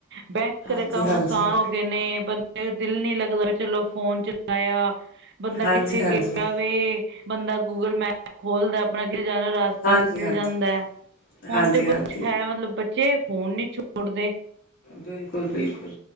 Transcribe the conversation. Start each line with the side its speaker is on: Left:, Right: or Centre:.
Right: ਬੈਂ
Left: ਹਾਂਜੀ
Right: ਕਦੇ ਕੰਮ
Left: ਹਾਂਜੀ
Right: ਆਸਾਨ ਹੋ ਗਏ ਨੇ ਬੰਦੇ ਦਿਲ ਨੀ ਲੱਗਦਾ ਚਲੋ ਫੋਨ ਚਲਾਇਆ। ਬੰਦਾ
Left: ਹਾਂਜੀ
Right: ਕਿੱਥੇ
Left: ਹਾਂਜੀ
Right: ਗਿਆ ਵੇ ਬੰਦਾ ਗੂਗਲ ਮੈਪ ਖੋਲਦਾ ਆਪਣਾ ਕੀਤੇ ਜਾਣਾ। ਰਸਤਾ
Left: ਹਾਂਜੀ
Right: ਮਿਲ
Left: ਹਾਂਜੀ
Right: ਜਾਂਦਾ ਐ ਹੁਣ
Left: ਹਾਂਜੀ-ਹਾਂਜੀ,
Right: ਤੇ ਕੁਛ ਐ ਮਤਲਬ ਬੱਚੇ ਫੋਨ ਨੀ ਛੋੜਦੇ।
Left: ਬਿਲਕੁਲ ਬਿਲਕੁਲ,